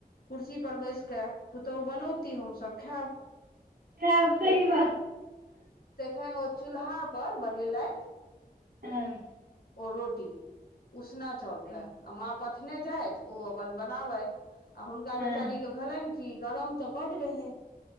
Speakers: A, on the left; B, on the right.
A: कुर्सी पर बैस के पुतोहु बनौती हमसभ खायब।
B: बाप रे बा।
A: तखन ओ चूल्हाापर बनेलथि।
B: हँ।
A: ओ रोटी उसना चाउरके,
B: हँ
A: आ माँ प ओ पथने जाइथ, ओ अपन बनाबथि, आ हुनका
B: हँ
A: बेचारी के भेलनि कि गरम तऽ बड रहेै।